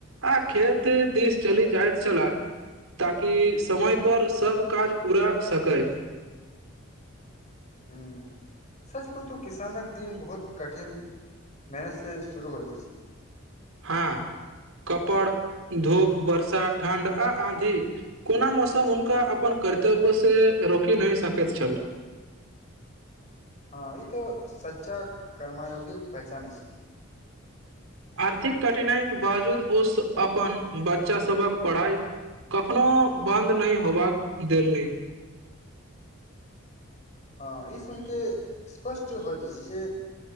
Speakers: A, on the right (about 85°); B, on the left (about 35°).
A: आ खेत दिस चली जाइत छला ताकि समय पर सभ काज पूरा सकै
B: ह सच को तो किसान कऽ दिन बहुत कठिन मेहनत से शुरू होइत अछि
A: हँ कपड़ धूप वर्षा ठण्ड आ आधी कोना मौसम हुनका अपन कर्तव्य से रोकि नहि सकैत छल
B: हँ ई तो सच्चा कर्मा योगिक पहचान अछि
A: आर्थिक कठिनाइ केँ बावजूद ओ अपन बच्चा सबक पढ़ाइ कखनो बद नहि होबाक देलनि
B: हँ ई सुइन केँ स्पष्ट होइत अछि जे